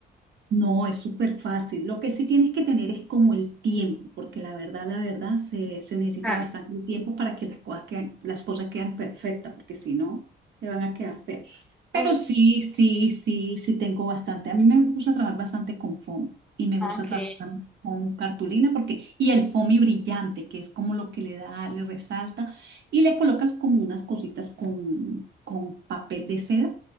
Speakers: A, on the right; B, in the centre.
A: No, es súper fácil. Lo que sí tienes que tener es como el tiempo, porque la verdad, la verdad, se, se necesita
B: Claro.
A: bastante el tiempo para que las cosas quedan, las cosas quedan perfectas, porque si no, te van a quedar feas. Pero
B: Mm,
A: sí, sí, sí, sí tengo bastante. A mí me gusta trabajar bastante con foamy y me gusta
B: Ok.
A: trabajar también con cartulina porque, y el foamy brillante, que es como lo que le da, le resalta, y le colocas como unas cositas con, con papel de seda.